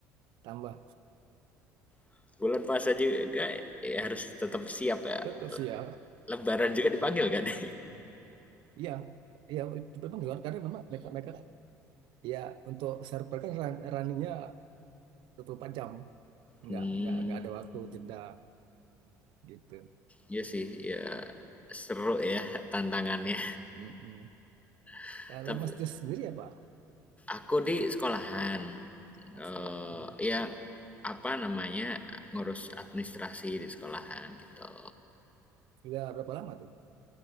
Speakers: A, on the right; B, on the left.
A: tambah
B: <laughs> Bulan puasa juga ya harus tetap siap ya.
A: betul sih ya.
B: Lebaran juga dipanggil kan. <laughs>
A: Iya, iya itu memang down karena memang mereka mereka kan, ya untuk server kan run, runningnya 24 jam, nggak
B: Hmm,
A: nggak nggak ada waktu jeda gitu.
B: iya sih ya seru ya tantangannya.
A: Mm-mm.
B: <laughs>
A: Kalau
B: Tapi
A: Mas Jus sendiri apa?
B: Aku di sekolahan,
A: Oh,
B: eh
A: sekolah kan?
B: ya apa namanya ngurus administrasi di sekolahan gitu.
A: Sudah berapa lama tuh?